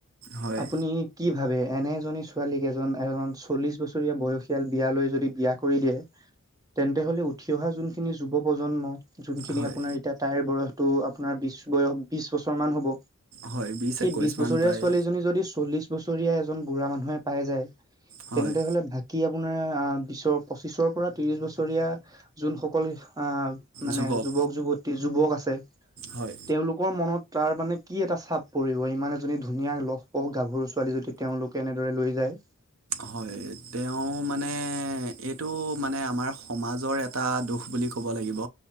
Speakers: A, on the right; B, on the right.
A: হয় হয়
B: আপুনি কি ভাবে এনে এজনী ছোৱালীক এজন এজন চল্লিশ বছৰীয়া বয়সীয়াল বিয়ালৈ য যদি বিয়া কৰি দিয়ে। তেন্তে হলে উঠি অহা যোনখিনি যুৱ প্ৰজন্ম যোনখিনি
A: হয়
B: আপোনাৰ এতিয়া তাইৰ বয়সটো আপোনাৰ বিশ বয়স বিশ বছৰমান হ'ব।
A: হয়
B: সেই
A: একৈছমান
B: বিছ বছৰীয়া
A: প্ৰায়
B: ছোৱালীজনী যদি চল্লিশ বছৰীয়া এজন বুঢ়া মানুহে পাই যায়।
A: হয়
B: তেন্তে হলে বাকী আপোনাৰ বিছৰ পঁচিছৰ বিছৰ পৰা ত্ৰিচ বছৰীয়া যোনসকল মানে
A: যুৱক
B: যুবক যুবতি যুৱক আছে।
A: হয়
B: তেওঁলোকৰ মনত তাৰ মানে কি এটা চাপ পৰিব ইমান এজনী ধুনীয়া লহপহ গাভৰু চ ছোৱালী যদি তেওঁলোকে এনেদৰে লৈ যায়।
A: হয় তেওঁ মানে এই। <unintelligible> এইটো মানে আমাৰ সমাজৰ এটা দোষ বুলি ক'ব লাগিব।